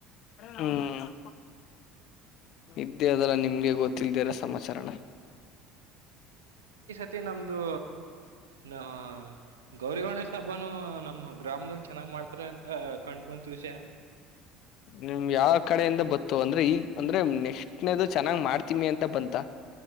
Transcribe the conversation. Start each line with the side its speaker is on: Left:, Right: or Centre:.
Left: ಹ್ಮ್ ಇದ್ದೆ ಅದಲ್ಲ ನಿಮ್ಗೆ ಗೊತ್ತಲ್ದಿರ ಸಮಾಚಾರಣ
Right: ಮತ್ತೆ ನಮ್ದು ನ ಗೌರಿಗಣೇಶ್ ಹಬ್ಬಾನ ನಮ್ಮ ಗ್ರಾಮದಲ್ ಚೆನ್ನಾಗ್ ಮಾಡ್ತಾರೆ ಅಂತ ಕಂಡು ಬಂದು ವಿಷಯ
Left: ನಿಮ್ ಯಾವ ಕಡೆಯಿಂದ ಬತ್ತು ಅಂದ್ರೆ ಈಗ ಅಂದ್ರೆ ನೆಕ್ಟ್ನದು ಚೆನ್ನಾಗ್ ಮಾಡ್ತೀಮಿ ಅಂತ ಬಂತ